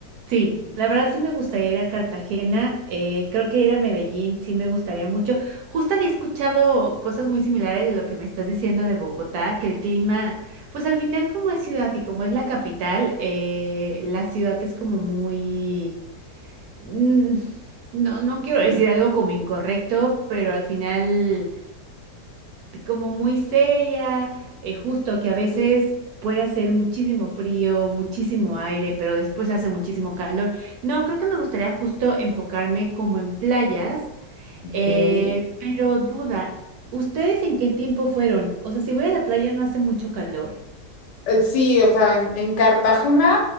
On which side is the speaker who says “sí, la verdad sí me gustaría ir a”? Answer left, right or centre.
Right